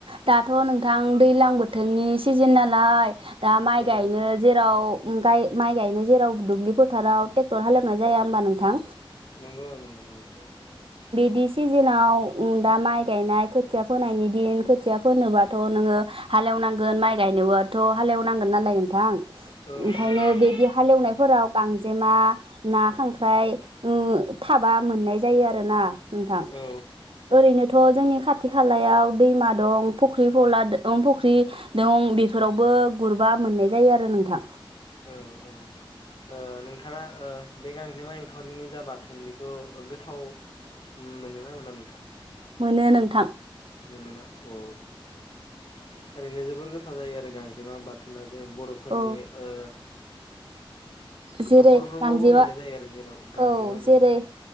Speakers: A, on the right; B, on the left.
A: दाथ नोंथां दैलां बो थोननि सिजोन नालाय दा माइ
B: औ
A: गायनो जेराव गाय माइ गायनो जेराव दुब्लि फोथाराव टेक्टर हालेवनाय जाया ओमबा नोंथां
B: नंगौ नंगौ नंगौ
A: दि सिजोनाव ओ दा माइ गायनाय खोथिया फोनायनि दिन खोथिया फोनोबाथ नोङो हालेवनांगोन माइ गायनोबोथ हालेवनांगोन नालाय। थां
B: औ
A: ओंखायनो
B: नंगौ नंगौ
A: बिदि हालेवनायफोराव गांजे। मा ना खांख्राइ ओ थाबा मोननाय जायो आरो ना नोंथां
B: औ
A: ओरैनोथ' जोंनि खाथि खालायाव। दैमा दं फुख्रि फला द फुख्रि दं बेफोरावबो गुरबा मोननाय जायो आरो नोंथां
B: औ औ ओ नोंथाङा ओ बे गांजेमां एं खावरिनि जा बाथोन बेखौ गोथाव मोनोना मोना नोंथां
A: मोनो नों
B: मोनोना अ। थारैनो जोबोर गोथाव जायो आरो गांजेमा बाथोना जे बर'फोरनि
A: औ
B: ओ।
A: जेरै
B: नखरफ्रोमावबो
A: गांजेमा
B: मोननाय जायो आरो जेराव गांजेमा
A: औ
B: मोनो
A: जेरै